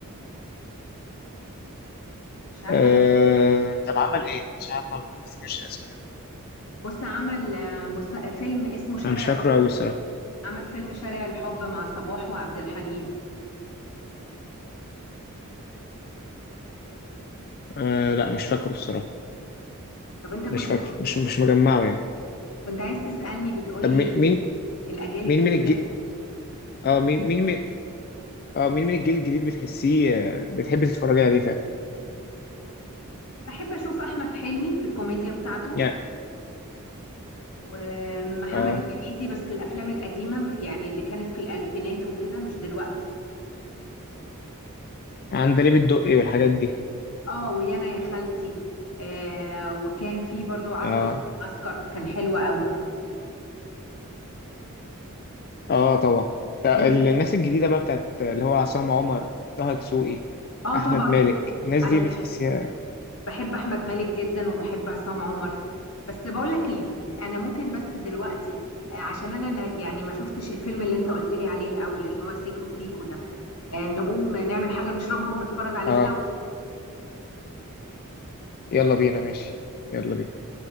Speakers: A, on the left; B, on the left.
A: مش عارفة
B: آه...
A: انت
B: طب عمل ايه؟ مش عارف ما ما بفتكرش اسماء قوي
A: بص عمل آه، مس... فيلم اسمه شارع
B: انا مش فاكره
A: الحب
B: قوي الصراحه
A: عمل فيلم شارع الحب مع صباح وعبد الحليم
B: آه... لا مش فاكره الصراحه
A: طب انت كنت
B: مش فاكره
A: بت...
B: مش مش مجمعه يعني
A: كنت عايز تسألني بتقولي
B: طب مي- مين
A: الأجيال
B: مين
A: الجديدة
B: من الجيل
A: إيه؟
B: اه مين مين من اه مين من الجيل الجديد بتحسيه آه، بتحبي تتفرجي عليه فعلا
A: بحب أشوف أحمد حلمي في الكوميديا بتاعته
B: يعني
A: ومحمد
B: اه
A: هنيدي بس الأفلام القديمة م- يعني اللي كانت في الألفينات وكده مش دلوقتي
B: عندليب الدقي والحاجات دي
A: اه ويانا يا خالتي آه وكان في برضو عسكر
B: اه
A: في المعسكر كان حلو قوي
B: اه طبعا ده
A: انت
B: ال- الناس الجديده بقى بتاعت اللي هو عصام عمر طه دسوقي
A: اه
B: احمد
A: طبعا
B: مالك
A: دول
B: الناس
A: انا
B: دي بتحسيها
A: بحب احمد مالك جدا وبحب عصام عمر بس بقول لك ايه انا ممكن بس دلوقتي آه، عشان انا نا- يعني ما شفتش الفيلم اللي انت قلت لي عليه الاول اللي هو سيكو سيكو ده آه، نقوم نعمل حاجة نشربها ونتفرج عليه
B: اه
A: سوا
B: يلا بينا ماشي يلا بينا